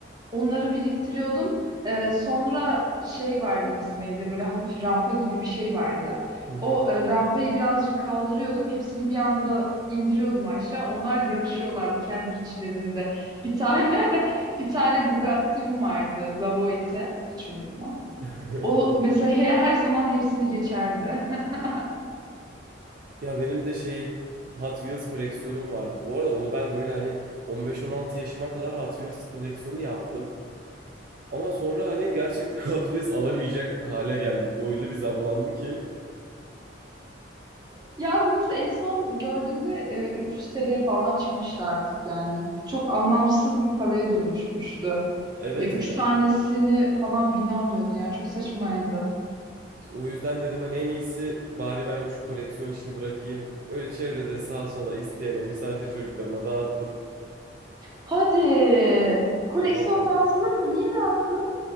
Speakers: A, on the right (about 20°); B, on the right (about 50°).
A: Onları biriktiriyordum. Ee, sonra şey vardı bizim evde böyle hafif rampa gibi bir şey vardı.
B: Hı hı.
A: O e, rampayı birazcık kaldırıyordum. Hepsini bir anda indiriyordum aşağı. Onlar yarışıyorlardı kendi içlerinde. Bir tane <laughs> bir tane Bugatti'm vardı. Lavoite. Hiç unutmam.
B: <laughs>
A: O mesela he- her zaman hepsini geçerdi. <laughs>
B: Ya benim de şey Hot Wheels koleksiyonum vardı. Bu arada onu ben böyle hani 15-16 yaşıma kadar Hot Wheels koleksiyonu yaptım. Ama sonra hani gerçekten <laughs> Hot alamayacak hale geldik. Öyle bir zamlandı ki.
A: Ya nasıl en son gördüğümde e, 300 TL falan çıkmıştı artık yani. Çok anlamsız bir paraya dönüşmüştü.
B: Evet
A: Ya üç
B: hani
A: tanesini falan bine alıyordu yani Çok saçmaydı.
B: işte o yüzden dedim hani en iyisi bari ben şu koleksiyon işini bırakayım. Öyle çevrede sağa sola isteyene misafir çocuklarına dağıttım.
A: Hadi. Koleksiyon
B: Vallahi.
A: dağıtılır mı? Niye dağıttın?